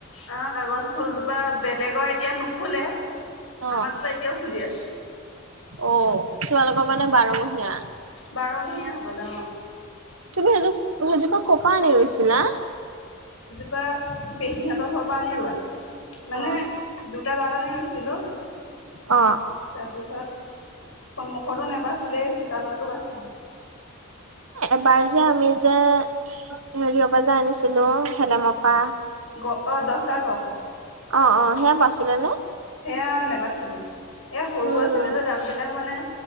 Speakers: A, on the left; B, on the right.
A: অ কাগজ ফুলজোপা বেলেগৰ এতিয়া নুফুলে
B: অ',
A: আমাৰজোপা এতিয়াও ফুলি আছে
B: অ', তোমালোকৰ মানে বাৰমহীয়া
A: বাৰমহীয়া হ'ব ন
B: তুমি এজো এজোপা কপা আনি ৰুইছিলা?
A: পা পেহীহেতৰ ঘৰ পৰা আনি ৰোৱা মানে
B: অ',
A: দুটা দাল আনি ৰুইছিলো
B: অ
A: তাৰপিছত সন্মুখটো নাবাচিলে চোতালৰটো বাচিলে
B: এবাৰ যে আমি যে হেৰিয় পৰা যে আনিছিলো খেলেমৰ পৰা
A: গ অ দহ লা গপা
B: অ অ সেয়া বাছিলে নে?
A: সেয়া নেবাছিলে সেয়া সৰু
B: উম,
A: আছিলে যে ডাল বিলাক মানে